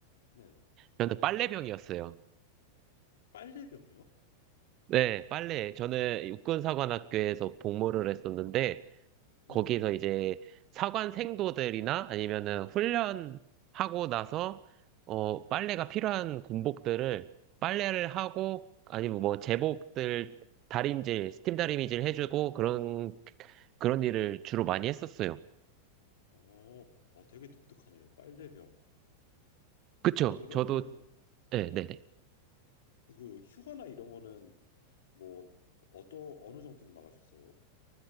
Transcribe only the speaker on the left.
네.
빨래병이요?
네.
어, 어, 되게 독특하네요. 빨래병.
그러면은
예.
그 휴가나 이런 거는 뭐 어떤 어느 정도로 나가셨어요?